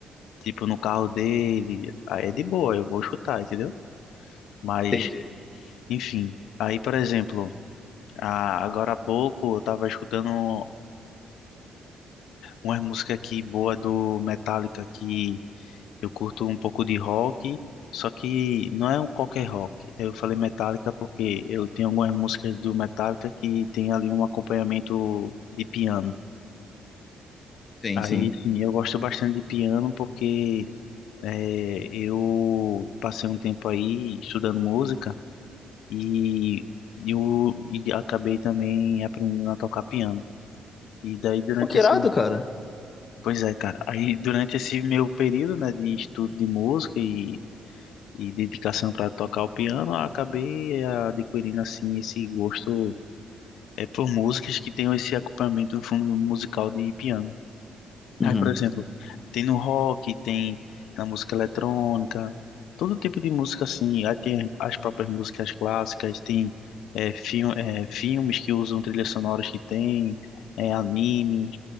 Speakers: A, on the left; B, on the left.
A: tipo, no carro dele, aí é de boa, eu vou escutar, entendeu? Mas,
B: Entendi.
A: enfim. Aí, por exemplo, a- agora há pouco eu tava escutando umas músicas aqui boa do Metallica que Eu curto um pouco de rock, só que não é um qualquer rock. Eu falei Metallica porque eu tenho algumas músicas do Metallica que tem ali um acompanhamento de piano.
B: Sim,
A: Aí,
B: sim.
A: sim, eu gosto bastante de piano porque eh, eu passei um tempo aí estudando música e eu e acabei também aprendendo a tocar piano. E daí durante
B: Pô, que
A: esse,
B: irado, cara.
A: pois é, cara, aí durante esse meu período, né, de estudo de música e e dedicação para tocar o piano, eu acabei eh, adquirindo assim esse gosto é por músicas que tenham esse acompanhamento do fundo musical de piano.
B: Uhum.
A: Aí, por exemplo, tem no rock, tem na música eletrônica, todo tipo de música assim. Aí tem as próprias músicas clássicas, tem é, fil é, filmes que usam trilhas sonoras que tem, é, animes,